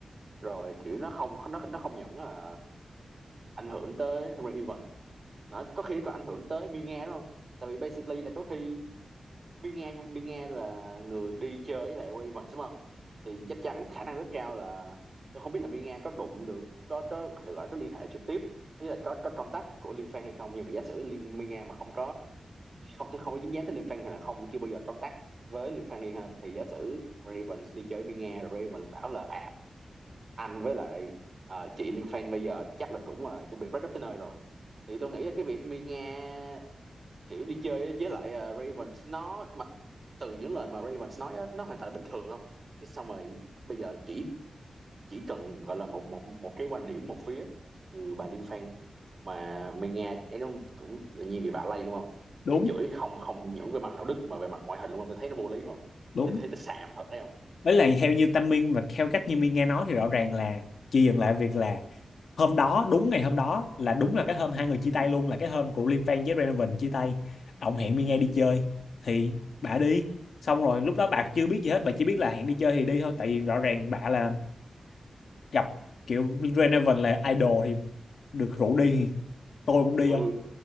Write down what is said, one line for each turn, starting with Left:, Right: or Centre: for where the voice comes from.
Right: rồi kiểu nó không nó nó không những là ảnh hưởng tới Ray Evans nó có khi còn ảnh hưởng tới Mia đúng không tại vì basically là có khi Mi Nghe nha, Mi Nghe là người đi chơi với lại Ray Evans đúng không? Thì chắc chắn khả năng rất cao là tôi không biết là Mi Nghe có đụng được có có gọi có liên hệ trực tiếp ý là có có contact của Liêm Phan hay không nhưng mà giả sử Liêm Mi Nghe mà không có không không có dính dáng tới Liêm Phan hay là không chưa bao giờ contact với Liêm Phan đi ha thì giả sử Ray Evans đi chơi với Mi Nghe rồi Ray Evans bảo là à anh với lại à, chị Liêm Phan bây giờ chắc là cũng uh, chuẩn bị break up tới nơi rồi thì tôi nghĩ là cái việc Mi Nghe kiểu đi chơi với lại à, Ravens nó mà từ những lời mà Ravens nói á, nó hoàn toàn bình thường không Thế xong rồi bây giờ chỉ chỉ cần gọi là một một một cái quan điểm một phía từ bà Liên Phan mà mình nghe cái nó cũng tự nhiên bị vạ lây đúng không
Left: đúng
Right: bị chửi không không những về mặt đạo đức mà về mặt ngoại hình đúng không tôi thấy nó vô lý không <laughs>
Left: đúng
Right: tôi thấy nó xàm thật đấy không
Left: với lại theo như Tâm Minh và theo cách như Minh nghe nói thì rõ ràng là chị dừng lại việc là hôm đó đúng ngày hôm đó là đúng là cái hôm hai người chia
Right: ừ
Left: tay luôn là cái hôm của Liêm Phan với Renovan chia tay ông hẹn Minh nghe đi chơi thì bà đi xong rồi lúc đó bà chưa biết gì hết bà chỉ biết là hẹn đi chơi thì đi thôi tại vì rõ ràng bà là gặp kiểu Renovan là idol thì được rủ đi thì tôi cũng đi
Right: ừ,
Left: thôi